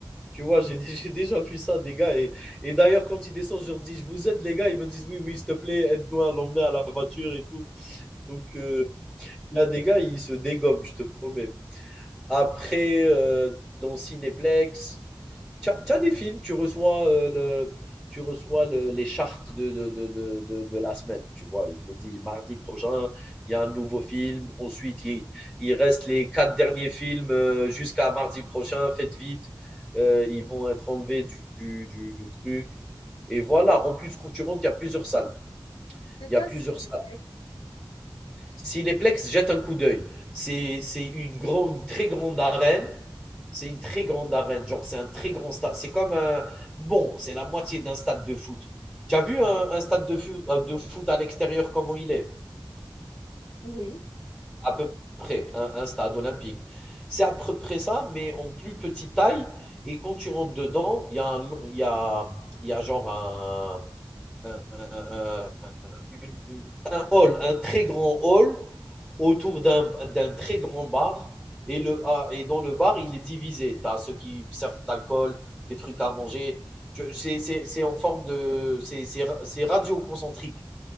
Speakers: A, in the centre; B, on the left.
A: Tu vois, j'ai dé- <laughs> j'ai déjà vu ça, des gars. Et, et d'ailleurs, quand ils descendent, je leur dis, je vous aide, les gars. Ils me disent, oui, oui, s'il te plaît, aide-nous à l'emmener à la voiture et tout. Donc, euh, il y a des gars, ils se dégomment, je te promets. Après, heu, dans Cinéplex, tu as tu as des films, tu reçois, heu, le tu reçois le les chartes de de de de de de la semaine, tu vois? Il te dit: «Mardi prochain, il y a un nouveau film». Ensuite, il il reste les 4 derniers films, heu, jusqu'à mardi prochain, faites vite, heu, ils vont être enlevés du du du du truc et voilà. En plus, quand tu rentres, il y a plusieurs salles.
B: C'est
A: Il
B: quoi
A: y a plusieurs
B: Cinéplex?
A: salles. Si les Plex jettent un coup d'œil, c'est c'est une, grande, une très grande arène. C'est une très grande arène. Genre, c'est un très grand stade. C'est comme un. Bon, c'est la moitié d'un stade de foot. Tu as vu un, un stade de foot, de foot à l'extérieur, comment il est
B: Oui.
A: À peu près, un, un stade olympique. C'est à peu près ça, mais en plus petite taille. Et quand tu rentres dedans, il y, a un- il y, a, il y a genre un, un- un- une- un hall, un très grand hall autour d'un d'un très grand bar. Et, le, ah, et dans le bar, il est divisé. Tu as ceux qui servent de l'alcool, des trucs à manger. C'est c'est- c'est en forme de. c'est- C'est c'est radio concentrique.